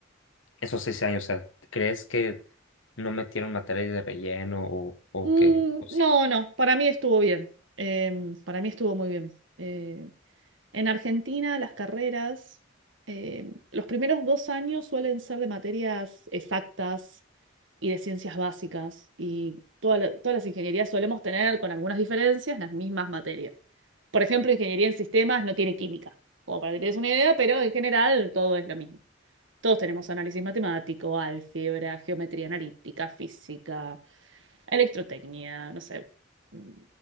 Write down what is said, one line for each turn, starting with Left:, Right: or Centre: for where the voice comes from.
Left: esos seis años, o sea, ¿crees que no metieron materias de relleno o, o
Right: Mm,
Left: que... o sí?
Right: no, no, para mí estuvo bien. Em, para mí estuvo muy bien. Eh, en Argentina las carreras, em, los primeros dos años suelen ser de materias exactas y de ciencias básicas y toda la- todas las ingenierías solemos tener con algunas diferencias las mismas materias. Por ejemplo, ingeniería en sistemas no tiene química, como para que te des una idea, pero en general todo es lo mismo. Todos tenemos análisis matemático, álgebra, geometría analítica, física, electrotecnia, no sé, mm,